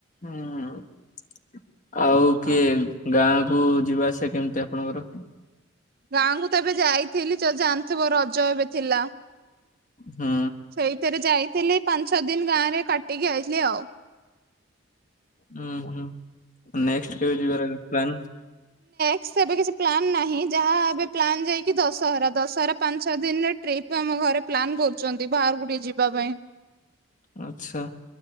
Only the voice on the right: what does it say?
ହଁ।
ଗାଁକୁ ତବେ ଯାଇଥିଲି ଜାଣିଥିବ ରଜ ଏବେ ଥିଲା
ସେଇଥିରେ ଯାଇଥିଲି। ପାଞ୍ଚ ଛଅ ଦିନ ଗାଁରେ କାଟିକି ଆଇଥିଲି ଆଉ
ଏ କିଛି ପ୍ଲାନ ନାହିଁ ଯାହା ଏ ପ୍ଲାନ୍ ଯାଇକି ଦଶହରା ଦଶହରା ପାଞ୍ଚ ଛଅ ଦିନରେ ଟ୍ରିପ ଆମ ଘରେ ପ୍ନ୍ କରୁଛନ୍ତି ବାହାରକୁ ଟିକେ ଯିବା ପାଇଁ।